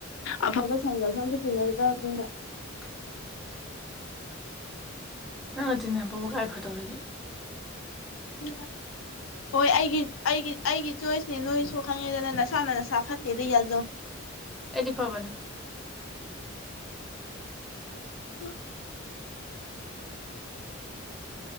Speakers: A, on the left; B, in the centre.
A: ꯑꯐꯕ ꯁꯪꯒꯁ ꯑꯇ ꯇꯤꯟꯅꯔꯛꯇ꯭ꯔꯕꯅꯤꯅ
B: <unintelligible> ꯅꯪꯅ ꯇꯤꯟꯅꯕꯕꯨ ꯀꯥꯏ ꯐꯗꯧꯔꯤꯒꯦ
A: ꯎ ꯍꯣꯏ ꯑꯩꯒꯤ ꯑꯩꯒꯤ ꯑꯩꯒꯤ ꯆꯣꯏꯁꯅꯦ ꯅꯣꯏꯁꯨ ꯈꯪꯉꯦꯗꯅ ꯅꯁꯥꯅ ꯅꯁꯥ ꯐꯠꯇꯦꯗ ꯌꯥꯖꯧ
B: ꯑꯦꯗꯤ ꯐꯕꯅ
A: ꯑ